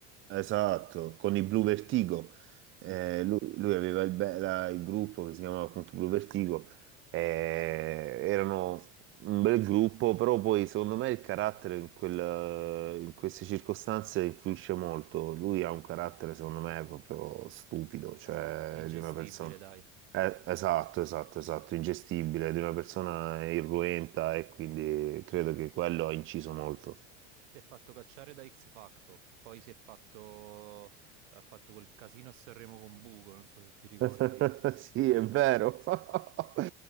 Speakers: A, on the right (about 35°); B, on the right (about 85°).
A: Esatto, con i Blue Vertigo.
B: Sì,
A: Eh, lui, lui aveva il, be- la- il gruppo che si chiamava appunto Blue Vertigo. Eh, erano un bel gruppo, però poi secondo me il carattere in, quel- in queste circostanze influisce molto. Lui ha un carattere, secondo me, proprio stupido, cioè
B: è ingestibile,
A: di una persona.
B: dai.
A: Eh, esatto, esatto, esatto, ingestibile, di una persona irruenta e quindi credo che quello ha inciso molto.
B: Si è fatto cacciare da X Factor, poi si è fatto... ha fatto quel casino a Sanremo con Bugo, non so se ti ricordi.
A: <laughs> Sì,
B: <laughs>
A: è vero. <laughs>